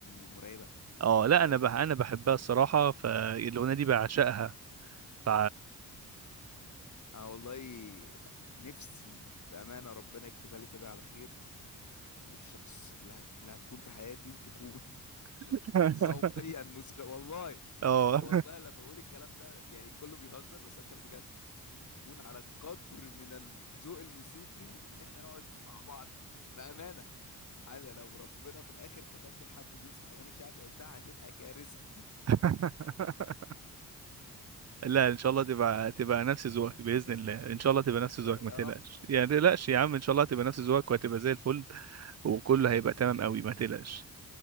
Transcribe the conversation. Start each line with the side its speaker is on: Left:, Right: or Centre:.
Left: مرعبه اغنيه
Right: اه
Left: مرعبه
Right: لا أنا بح أنا بحبها الصراحة فالأغنية دي بعشقها ف
Left: اه والله نفسي بامانه ربنا يكتبها لي كده على خير والشخص اللي, هت... اللي هتكون في حياتي تكون <laughs> ش-
Right: <laughs>
Left: ذوقيا موسيقى والله
Right: اه
Left: والله لما بقول الكلام ده يعني كله بيهزر بس أنا بتكلم بجد يكون على قدر من الذوق الموسيقي ان احنا نقعد مع بعض بأمانة انا لو ربنا في الاخر كتب لي حد بيسمع اغاني شعبي او بتاع هتبقى كارثة
Right: <laughs> لا ان شاء الله تبقى تبقى نفس ذوقك
Left: <laughs>
Right: باذن الله ان شاء الله تبقى نفس
Left: ان شاء
Right: ذوقك ما
Left: يا
Right: تقلقش
Left: رب
Right: يعني ما تقلقش يا عم ان شاء الله تبقى نفس ذوقك وهتبقى زي الفل وكله هيبقى تمام قوي ما تقلقش